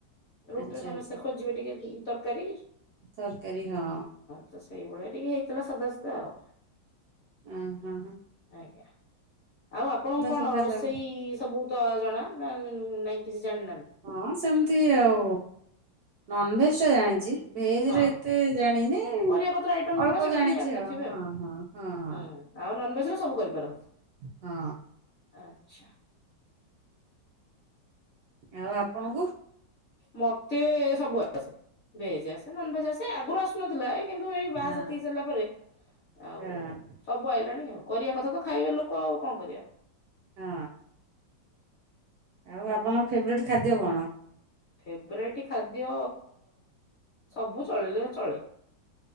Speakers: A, on the left; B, on the right.
A: ରୁଟିରେ
B: ଆଚ୍ଛା
A: ସମସ୍ତେ
B: ଆଚ୍ଛା
A: ଖୋଜିବେ ଟିକେ ତରକାରୀ।
B: ତରକାରୀ ହଁ।
A: ତ ସେଇଭଳିଆ ଟିକେ ହେଇଥିଲା ସଧା ସିଧା ଆଉ।
B: ଉଁ ହୁଁ ହୁଁ।
A: ଆଜ୍ଞା ଆଉ ଆପଣଙ୍କୁ କଣ
B: ସାଧା
A: ରୋଷେଇ
B: ଲାଗୁଛି
A: ସବୁ ତ ଜଣା ନା ନାଇଁ କିଛି ଜାଣିନାହାନ୍ତି?
B: ହଁ ସେମିତି ଆଉ ନନଭେଜ
A: ଆଚ୍ଛା
B: ଟା ଜାଣିଛି ଭେଜ
A: ହଁ
B: ରେ ଏତେ ଜାଣିନି।
A: ପରିବା ପତ୍ର ଆଇଟମ
B: ଅଳ୍ପ
A: ଯୋଉଡା ସେଇଟା
B: ଜାଣିଛି
A: ଟିକେ ଜାଣିନଥିବେ ଆଉ।
B: ହଁ ହଁ ହଁ
A: ହୁଁ ଆଉ ନନଭେଜରେ ସବୁ କରିପାର।
B: ହଁ।
A: ଆଚ୍ଛା।
B: ଆଉ ଆପଣଙ୍କୁ।
A: ମତେ ସବୁ ଆସେ ଭେଜ ଆସେ ନନଭେଜ ଆସେ ଆଗରୁ ଆସୁନଥିଲା ଏଇ କିନ୍ତୁ ଏଇ
B: ହଁ
A: ବାହାସାଥୀ ସାରିଲା ପରେ ଆଉ
B: ହଁ
A: ସବୁ ଆଇଲାଣି ଆଉ କରିବା କଥା ତ ଖାଇବେ ଲୋକ ଆଉ କଣ କରିବା।
B: ହଁ ଆଉ ଆପଣଙ୍କ ଫେବରେଟ ଖାଦ୍ୟ କଣ?
A: ଫେବରାଇଟ ଖାଦ୍ୟ ସବୁ ଚଳିଲେ ଚଳେ।